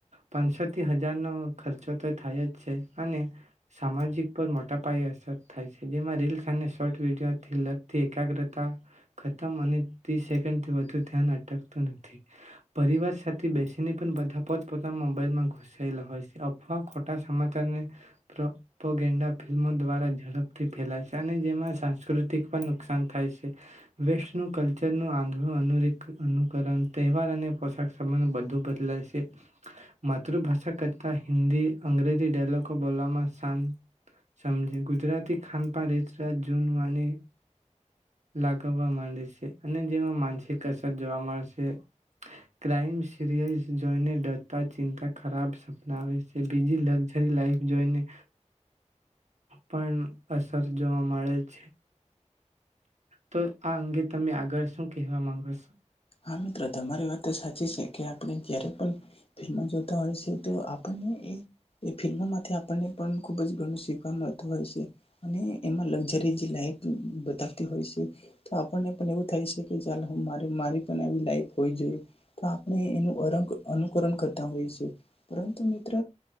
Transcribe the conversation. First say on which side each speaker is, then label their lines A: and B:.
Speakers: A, on the right; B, on the left.
A: પાંસોથી હજાર નો ખર્ચો તો થાય જ છે અને, સામાજિક પર મોટા પાયે અસર થાય છે જેમાં રીલ્સ અને શોર્ટ વિડીયોથી લગથી એકાગ્રતા, ખતમ અને ત્રીસ સેકન્ડથી વધુ ધ્યાન અટકતું નથી, પરિવાર થી બેસીને પણ બધા પોત પોતાના મોબાઈલમાં ઘુસાયેલા હોય છે, અફવા ખોટા સમાચારને પ્રપગેન્ડા ફિલ્મો દ્વારા ઝડપથી ફેલાય છે, અને જેમાં સાંસ્કૃતિક પણ નુકસાન થાય છે, વેસ્ટનું કલ્ચરનું આંધળું અનુકરણ તહેવાર અને પોશાક બધું બદલાય શે, માતૃભાષા કરતા હિન્દી, અંગ્રેજી ડાયલોગ બોલવામાં શાંત સમજી ગુજરાતી ખાનપ રીત રાત જૂનવાની લાગવા માંડે શે, અને જેમાં માનસિક અસર જોવા મળશે ક્રાઈમ, સિરિયલ જોઈને ડરતા ચિંતા ખરાબ સપના આવે છે, બીજી લક્ઝરી લાઈફ જોઈને, પણ અસર જોવા મળે છે તો આ અંગે તમે આગળ શું કહેવા માંગો શો?
B: હા મિત્રો તમારી વાત તો સાચી છે કે આપણે જયારે પણ ફિલ્મો જોતા હોય શે તો આપણને એ, એ ફિલ્મોમાંથી આપણને પણ ખૂબ જ ઘણું શીખવા મળતું હોય શે, અને એમાં લક્ઝરી જે લાઈફ બતાવતી હોય છે, તો આપણને પણ એવું થાય શે કે ચાલ હું મારે મારી લાઈફ હોય જોઈએ, તો આપણે એનું અનુકરણ કરતા હોય શે, પરંતુ મિત્ર